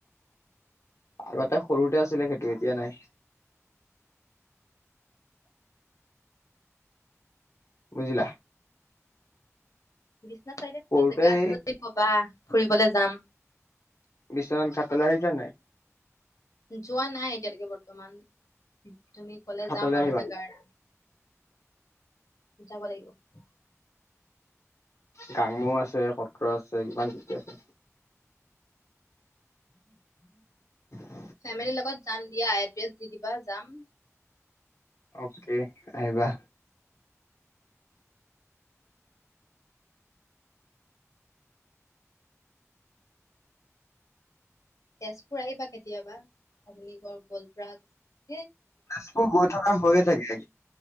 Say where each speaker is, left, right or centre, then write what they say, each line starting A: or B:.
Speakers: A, on the left; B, on the left.
A: আগতে সৰুতে আছিলে সেইটো। এতিয়া নাই। বুজিলা
B: বিশ্বনাথ চাৰিআলিত
A: সৰুতে
B: কিবা জেগা আছে
A: এই
B: যদি কবা। ফুৰিব গলে যাম।
A: বিশ্বনাথ ঘাটলে আহিছা নে নাই?
B: যোৱা নাই এতিয়ালেকে বৰ্তমান। তুমি কলে
A: ঘাটলৈ
B: যাম আৰু
A: আহিবা
B: জেগাৰ যাব লাগিব।
A: গাঙম আছে, সত্ৰ আছে, কিমান কি- কি আছে। <inaudible>
B: ফেমিলিৰ লগত যাম দিয়া, এড্ৰেছ দি দিবা যাম।
A: অকে আহিবা।
B: তেজপুৰ আহিবা কেতিয়াবা অগ্নিগড় গল্ডপাৰ্ক
A: তেজপুৰ গৈ থকা হৈয়ে থাকে